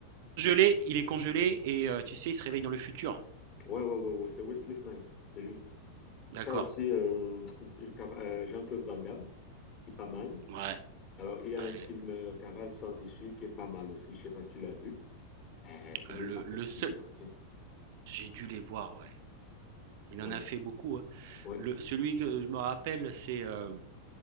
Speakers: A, on the right; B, on the left.
A: il est congelé et euh, tu sais, il se réveille dans le futur.
B: Ouais, ouais, ouais, ouais, c'est Wesley Snipes, c'est lui.
A: D'accord.
B: Tu as aussi euh, Cav- euh, Jean-Claude Van Damme, qui est pas mal.
A: Ouais.
B: Alors, il y a
A: ouais.
B: un film euh, Cavale sans issue qui est pas mal aussi. Je sais pas si tu l'as vu. Euh, c'est
A: Euh,
B: des...
A: le,
B: En
A: le
B: fait, c'est
A: seul.
B: des anciens.
A: J'ai dû les voir, ouais. Il
B: Ouais,
A: en a fait beaucoup. hein.
B: ouais.
A: Le, celui que je me rappelle, c'est euh,